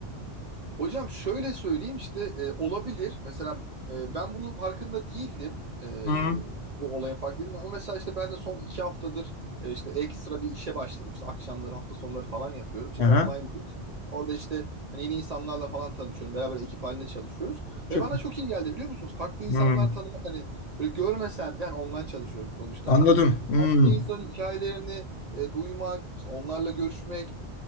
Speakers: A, on the right (about 45°); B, on the left (about 70°).
A: Hocam şöyle söyleyeyim işte e, olabilir. Mesela e, ben bunun farkında değildim. E,
B: Hı.
A: bu olayın farkında değildim. Ama mesela işte ben de son iki haftadır e, işte ekstra bir işe başladım. İşte akşamları hafta sonları falan yapıyorum. İşte
B: Aha.
A: online bir iş. Orada işte hani yeni insanlarla falan tanışıyorum. Beraber ekip halinde çalışıyoruz.
B: Çok.
A: Ve bana çok iyi geldi biliyor musunuz? Farklı insanlar
B: Hmm.
A: tanımak hani böyle görmesen de yani online çalışıyorum sonuçta.
B: Anladım. Hmm.
A: Bir insanın hikayelerini e, duymak, işte onlarla görüşmek,